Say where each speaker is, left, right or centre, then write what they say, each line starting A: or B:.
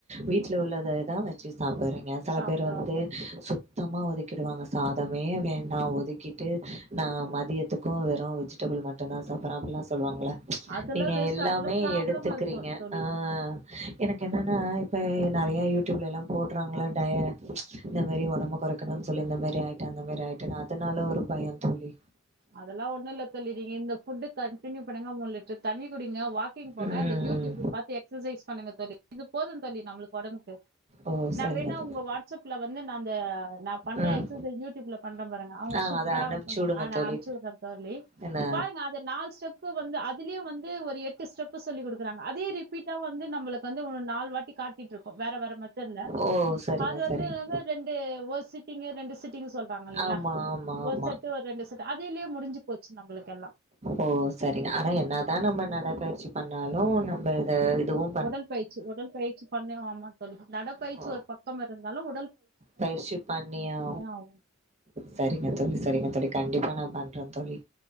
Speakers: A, on the right; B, on the right.
A: வீட்டுல
B: ஆமா
A: உள்ளததான் வச்சு சாப்பறீங்க சில
B: சாப்புட்றோ
A: பேர் வந்து
B: அவ்ளோ
A: சுப் சுத்தமா ஒதுக்கிடுவாங்க சாதமே வேண்டாம் ஒதுக்கிட்டு நான் மதியத் கோம் வெறும் வெஜிடேபிள் மட்டும் தான் சாப்றேன் அப்படி எல்லாம் சொல்வாங்கள
B: அதெல்லா
A: நீங்க
B: வேஸ்ட்
A: எல்லாமே
B: அதெல்லா ப்ராப்ளமா
A: எடுத்துக்கீறீங்க
B: இருக்கு தோழி
A: ஆஹ எனக்கு என்னன்னா இப்போ நிறையா யூடியூப்ல எல்லாம் போடுறாங்கள டய இந்த மாரி உடம்பு குறைக்கணும்ணு சொல்லி இந்த மாரி ஆயிட்டன் அந்த மாரி ஆயிட்டன் அதனால ஒரு பயம் தோலி
B: அதெல்லாம் ஒண்ணு இல்ல தோலி நீங்க இந்த ஃபுட்டு கண்டியூ பண்ணுங்க மூணு லிட்டரு தண்ணி குடிங்க வாக்கிங் போங்க
A: ம்
B: இந்த யூடியூப்பு பாத்து எக்சசைஸ் பண்ணுங்க தோலி இது போது தோலி நம்மளுக்கு உடம்புக்கு
A: ஓ
B: நா
A: சரிங்க
B: வேணா
A: தோழி
B: உங்க வாட்ஸ்ப்ல வந்து நா அந்த நா பண்ற
A: ம்
B: எக்சசைஸ் யூடியூப்ல பண் சிதம்பரங்க அவுங்க
A: ஆ
B: சூப்பரா
A: அத அனுப்ச்சு
B: ஓர்க் பண்ணுவாங்க
A: விடுங்க
B: ஆனா
A: தோழி
B: தோலி
A: என்ன
B: பாருங்க அது நாலு ஸ்டெப் வந்து அதுலயே வந்து ஒரு எட் டு ஸ்டெப் சொல்லி குடுக்குறாங்க அதே ரிப்பீட்டா வந்து நம்மளுக்கு வந்து ஒண்ணு நால் வாட்டி காட்டிட்ருக்கோ வேற-வேற மா தில்ல
A: ஓ சரிங்க
B: அது வந்து-வந்து
A: சரிங்க
B: ரெண்டு ஒரு சிட்டிங்கு ரெண்டு சிட்டிங் சொல்றாங்க இல்லங்கீளா
A: ஆமா ஆமா
B: ஒரு
A: ஆமா
B: செட்டு ஒரு ரெண்டு செட் கீலே முடிஞ்சி போச்சி நம்மளுக்கெல்லா
A: ஓ செரிங்க ஆனா என்னாதா நம்ம நடைபயிற்சி பண்ணாலு நம்ம இத-இதுவும்
B: உடல் பயிற்சி-உடல் பயிற்சி பண்ணுவாமா தோலி நடப்பயிற்சி
A: ஓ
B: ஒரு பக்கம் இருந்தாலு
A: பயிற்சி பண்ணியா
B: ஆகணும்
A: சரிங்க தோலி சரிங்க தோலி கண்டிப்பா நா பண்ற தோலி